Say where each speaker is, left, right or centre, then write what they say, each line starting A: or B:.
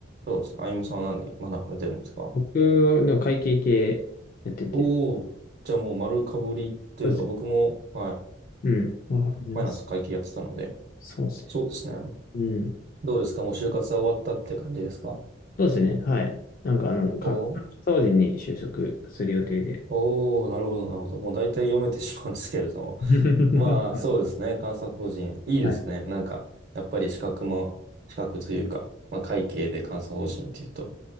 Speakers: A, on the right; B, on the left.
A: そうですね。あゆむさんは何に学ばれてるんですか
B: 僕は、でも会計系やってて。
A: おおー、じゃあもう丸かぶりというか、
B: そうですね。
A: 僕も、はい、
B: うん。わかります。
A: ファイナンス会計やってたので、
B: そうですね。
A: そうですね。
B: うん。
A: どうですかもう就活は終わったって感じですか
B: そうですね。はい。なんかあの、か、
A: おおー、
B: 法人に就職する予定で。
A: おーなるほど、なるほど。もう大体読めてしまうんですけれども。
B: <laughs>
A: まあ、
B: はい
A: そうですね。監査法人。いいですね。
B: はい。
A: なんか、やっぱり資格も、資格というか、まあ、会計で監査法人っていうと、